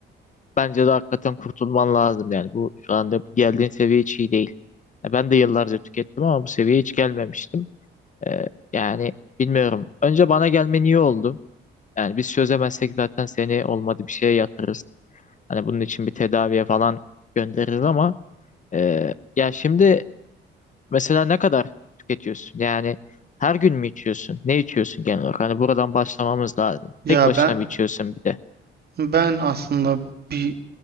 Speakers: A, on the left; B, on the right.
A: Bence de hakikaten kurtulman lazım yani. Bu şu anda geldiğin seviye hiç iyi değil. Ya ben de yıllarca tükettim ama bu seviyeye hiç gelmemiştim. Ee, yani bilmiyorum. Önce bana gelmen iyi oldu. Yani biz çözemezsek zaten seni olmadı bir şeye yatırırız. Hani bunun için bir tedaviye falan göndeririz ama e, ya şimdi mesela ne kadar tüketiyorsun? Yani her gün mü içiyorsun? Ne içiyorsun genel olarak? Hani buradan başlamamız lazım.
B: Ya
A: Tek başına
B: ben
A: mı içiyorsun bir de?
B: ben aslında bir